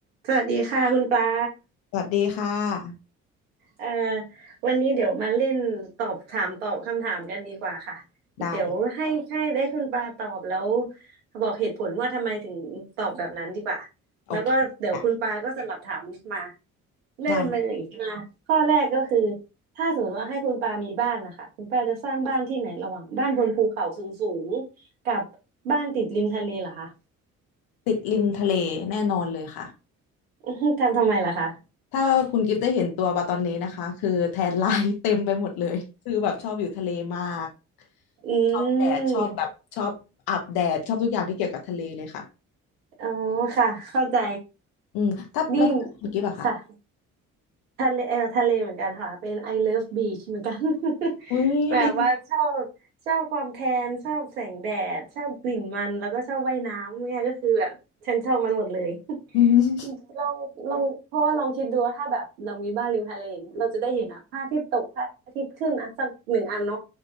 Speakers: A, on the right; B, on the left.
A: สวัสดีค่ะคุณปลา
B: สวัสดีค่ะ
A: เอ่อวันนี้เดี๋ยวมาเล่นตอบถามตอบคำถามกันดีกว่าค่ะ
B: ได้เลย
A: เดี๋ยวให้ให้ได้คุณปลาตอบแล้วบอกเหตุผลว่าทำไมถึงตอบแบบนั้นดีกว่า
B: โอเคค่ะ
A: แล้วก็เดี๋ยวคุณปลาก็สลับถามมาเริ่มเลยมาข้อแรกก็คือ
B: ได้เลย
A: ถ้าสมมติว่าให้คุณปลามีบ้านนะคะคุณปลาจะสร้างบ้านที่ไหนระหว่างบ้านบนภูเขาสูงสูงกับบ้านติดริมทะเลเหรอคะ
B: ติดริมทะเลแน่นอนเลยค่ะ
A: <laughs> อื้อหือทำทำไมล่ะคะ
B: ถ้าคุณกิฟต์ได้เห็นตัวปลาตอนนี้นะคะคือแทนไลน์ <laughs> เต็มไปหมดเลยคือแบบชอบอยู่ทะเลมาก
A: อื
B: ชอบแดดชอบแบบชอบอาบแดดชอบทุกอย่างที่เกี่ยวกับทะเลเลยค่ะ
A: มอ๋อค่ะเข้าใจ
B: อืมถ้าแล้วถ้าคุณกิฟต์อะค่ะ
A: นี่ค่ะทะเลเออทะเลเหมือนกันค่ะเป็น I love beach เหมือนกัน <laughs>
B: อุ้ยดี
A: แบบว่าชอบชอบความแทนชอบแสงแดดชอบกลิ่นมันแล้วก็ชอบว่ายน้ำเนี่ยก็คือแบบฉันชอบมันหมดเลย <laughs>
B: อืม
A: ลองลองเพราะว่าลองคิดดูว่าถ้าแบบเรามีบ้านริมทะเลเราจะได้เห็นอะพระอาทิตย์ตกพระอาทิตย์ขึ้นอะสักหนึ่งอันเนาะ